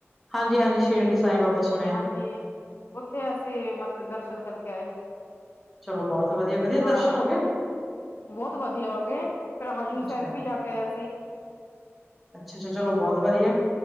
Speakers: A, in the centre; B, on the left.
A: ਹਾਂਜੀ- ਹਾਂਜੀ, ਸਿਰੜੀ, ਸਾਈ ਬਾਬਾ ਸੁਣਿਆ।
B: ਜੀ। ਉੱਥੇ ਅਸੀਂ, ਮਤ ਦਰਸ਼ਨ, ਕਰਕੇ ਆਏ।
A: ਚਲੋ, ਬਹੁਤ ਵਧੀਆ, ਵਧੀਆ
B: ਹਾਂ।
A: ਦਰਸ਼ਨ ਹੋਗੇ?
B: ਬਹੁਤ ਵਧੀਆ ਹੋਗੇ। ਫੇਰ, ਹਜੂਰ
A: ਅੱਛਾ
B: ਸਾਹਿਬ ਵੀ, ਜਾ ਕੇ ਆਏ, ਅਸੀ।
A: ਅੱਛਾ-ਛਾ-ਛਾ ਚਲੋ ਬਹੁਤ ਵਧੀਆ,